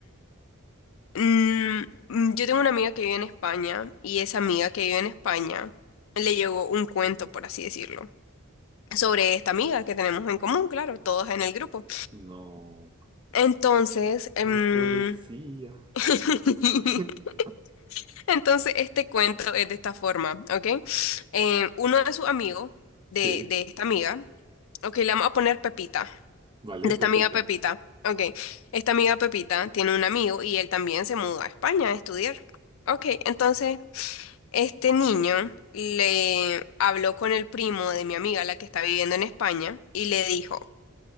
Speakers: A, on the left; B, on the right.
A: Mm, mm, yo tengo una amiga que vive en España y esa amiga que vive en España le llegó un cuento, por así decirlo, sobre esta amiga que tenemos en común, claro, todas en el grupo.
B: No.
A: Entonces, em,
B: La policía.
A: <laughs>
B: <laughs>
A: entonces este cuento es de esta forma, ¿ok? Em, uno de sus amigos, de,
B: Sí.
A: de esta amiga, ok, le vamos a poner Pepita,
B: Vale,
A: de
B: Pepita.
A: esta amiga Pepita, ok, esta amiga Pepita tiene un amigo y él también se mudó a España a estudiar. Ok, entonces... Este niño le habló con el primo de mi amiga, la que está viviendo en España, y le dijo